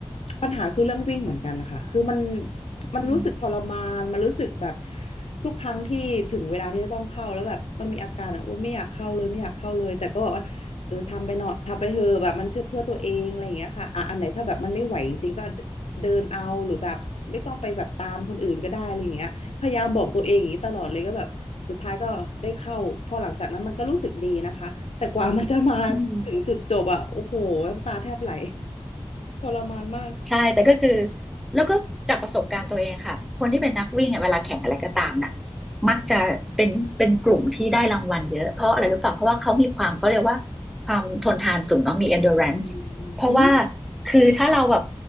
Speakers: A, on the left; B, in the centre.
A: ปัญหาคือเรื่องวิ่งเหมือนกันค่ะคือมันมันรู้สึกทรมานมันรู้สึกแบบ
B: อืม
A: ทุกครั้งที่ถึงเวลาที่จะต้องเข้าแล้วแบบมันมีอาการอ่ะอ้วนไม่อยากเข้าเลยไม่อยากเข้าเลยแต่ก็บอกว่าเออทำไปหน่อยทำไปเถอะแบบมันเชื่อเพื่อตัวเองอะไรอย่างเงี้ยค่ะอ่ะอันไหนถ้าแบบมันไม่ไหวจริงๆก็เดินเอาหรือแบบไม่ต้องไปแบบตามคนอื่นก็ได้อะไรอย่างเงี้ย พยายามบอกตัวเองอย่างนี้ตลอดเลยก็แบบสุดท้ายก็ได้เข้าพอหลังจากนั้นมันก็รู้สึกดีนะคะแต่กว่ามันจะมา
B: อืม
A: ถึงจุดจบอะโอ้โหน้ำตาแทบไหลทรมานมาก
B: ใช่แต่ก็คือแล้วก็จากประสบการณ์ตัวเองค่ะคนที่เป็นนักวิ่งอะเวลาแข่งอะไรก็ตามน่ะมักจะเป็นเป็นกลุ่มที่ได้รางวัลเยอะเพราะอะไรรู้เปล่าเพราะว่าเขามีความเขาเรียกว่าความทนทานสูงเนาะมี endurance
A: อืม
B: เพราะว่า
A: อืม
B: คือถ้าเราแบบ